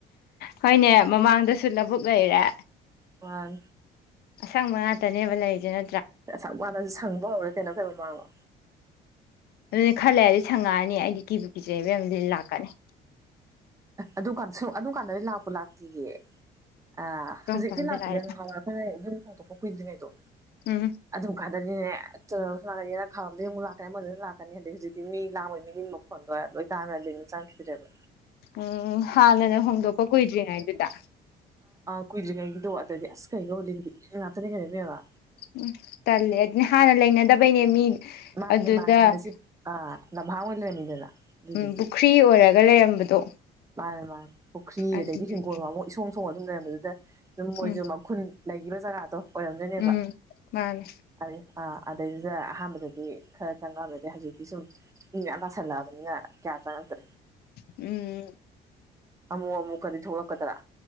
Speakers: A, on the left (about 70°); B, on the right (about 20°).
A: ꯍꯣꯏꯅꯦ ꯃꯃꯥꯡꯗꯁꯨ ꯂꯧꯕꯨꯛ ꯂꯩꯔꯦ
B: ꯑ
A: ꯑꯁꯪꯕ ꯉꯥꯛꯇꯅꯦꯕ ꯂꯩꯁꯤꯅ
B: ꯁꯥꯛ ꯋꯥꯅꯁꯨ ꯁꯪꯕ ꯍꯧꯔꯦ ꯀꯩꯅꯣ ꯀꯩꯩꯅꯣ ꯃꯥꯡꯂꯣ
A: ꯑꯗꯨꯅ ꯈꯔ ꯂꯩꯔ ꯑꯗꯨꯗꯤ ꯁꯪꯉꯛꯑꯅꯤ ꯑꯩꯗꯤ ꯀꯤꯕꯨ ꯀꯤꯖꯩꯕ ꯂꯥꯛꯀꯅꯤ
B: ꯑꯗꯨꯀꯥꯟ ꯁ ꯑꯗꯨꯀꯥꯟꯗꯗ ꯂꯥꯛꯄ ꯂꯥꯛꯇꯌꯦ ꯑ
A: ꯀꯔꯝ
B: ꯍꯧꯖꯤꯛꯇꯤ
A: ꯀꯥꯟꯗ
B: ꯂꯥꯛꯈꯤꯗ꯭ꯔ
A: ꯂꯥꯛꯑꯦꯕ
B: ꯉꯍꯥꯎꯋꯦ ꯑꯩꯈꯣꯏꯅ ꯌꯨꯝ ꯍꯣꯡꯗꯣꯛꯄ ꯀꯨꯏꯗ꯭ꯔꯤꯉꯩꯗꯣ
A: ꯎꯝ
B: ꯑꯗꯨ ꯀꯗ ꯁꯨ ꯂꯥꯛꯀꯅꯤꯅ ꯈꯔꯝꯗ ꯑꯃꯨꯛ ꯂꯥꯛꯀꯅꯤ ꯑꯃꯗ ꯂꯥꯛꯀꯅꯤ ꯍꯥꯏꯟꯛ ꯍꯧꯖꯤꯛꯇꯤ ꯃꯤ ꯂꯥꯡꯕꯒꯤ ꯃꯤꯅꯤꯃꯨꯛ ꯈꯣꯟꯗꯣꯏꯔ ꯂꯣꯏ ꯇꯥꯟꯅꯔꯅꯤ ꯑꯗꯨꯅ ꯆꯥꯟꯈꯤꯗꯔꯕ
A: ꯎꯝ ꯍꯥꯟꯅꯅ ꯍꯣꯡꯗꯣꯛꯄ ꯀꯨꯏꯗ꯭ꯔꯤꯉꯩꯗꯨꯗ
B: ꯀꯨꯏ꯭ꯔꯤꯉꯩꯒꯤꯗꯣ ꯑꯗꯗꯤ ꯑꯁ ꯀꯩꯩꯅꯣ ꯂꯤꯟꯒꯤ ꯏꯟ ꯉꯥꯛꯇꯅꯦ ꯀꯩꯅꯣꯅꯦꯕ
A: ꯎꯝ ꯇꯂ ꯑꯗꯨꯅ ꯍꯥꯟꯅ ꯂꯩꯅꯗꯕꯩꯅꯦ ꯃꯤ
B: ꯃꯥꯅꯦ
A: ꯑꯗꯨꯗ
B: ꯃꯥꯅꯦ ꯍꯥꯟꯅ ꯁꯤ ꯑ ꯂꯝꯝꯍꯥꯡ ꯑꯣꯏꯅ ꯂꯩꯔꯝꯃꯤꯗꯅ ꯑꯗꯨꯗꯨꯒꯤ
A: ꯎꯝ ꯄꯨꯈ꯭ꯔꯤ ꯑꯣꯏꯔꯒ ꯂꯩꯔꯝꯕꯗꯣ
B: ꯃꯥꯅꯦ ꯃꯥ ꯄꯨꯈ꯭ꯔꯤ
A: ꯑꯗꯨꯗꯨꯒꯤ
B: ꯑꯗꯩꯗꯤ ꯍꯤꯡꯈꯣꯜ ꯑꯃ ꯏꯁꯣꯡ ꯁꯣꯡ ꯑꯗꯨꯝ ꯂꯩꯔꯝꯕꯗꯨꯗ ꯑꯗꯨꯝ ꯃꯣꯏꯁꯨ
A: ꯎꯝ
B: ꯃꯈꯨꯟ ꯏꯈꯤꯕ ꯖꯒꯥꯗꯣ ꯑꯣꯏꯔꯝꯗꯣꯏꯅꯦꯕ
A: ꯎꯝ ꯃꯥꯅꯦ
B: ꯑꯗꯨꯗꯤ ꯑ ꯑꯗꯩꯗꯨꯗ ꯑꯍꯥꯟꯕꯗꯗꯤ ꯈꯔ ꯆꯪꯉꯛꯑꯃꯦ ꯑꯗꯩ ꯍꯧꯖꯤꯛꯇꯤ ꯁꯨꯝ ꯃꯤ ꯇꯁꯜꯂꯛꯑꯕꯅꯤꯅ ꯌꯥ ꯇꯗ꯭ꯔꯦ
A: ꯎꯝ ꯎꯝ
B: ꯑꯃꯨꯛ ꯑꯃꯨꯛꯀꯗꯤ ꯊꯣꯛꯂꯛꯀꯗ꯭ꯔꯥ